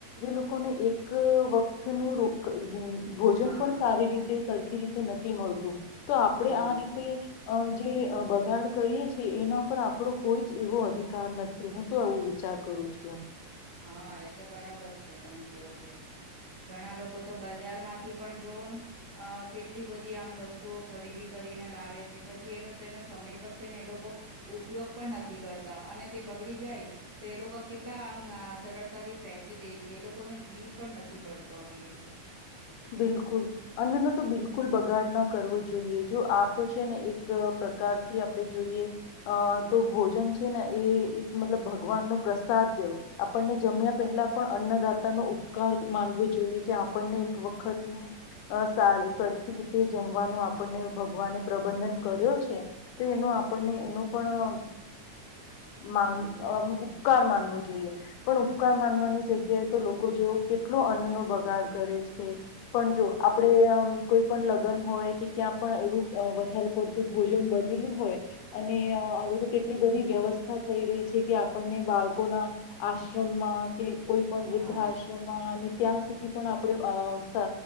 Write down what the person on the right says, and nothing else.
હા
હા
હા, એ તો બરાબર છે. તમે કેવો તે ઘણા લોકો તો બ જયારમાંથી પણ જોવો ને અ કેટલી બધી આમ વસ્તુઓ ખરીદી કરીને લાવે છે પછી એનો તો એનો સમય પર છે ને એ લોકો ઉપયોગ પણ નથી કરતા અને તે બગડી જાય તો એ લોકો કેટલા આમ સરળતાથી ફેંકી દે છે એ લોકોનો જીવ પણ નથી બળતો આવી રીતે.
હા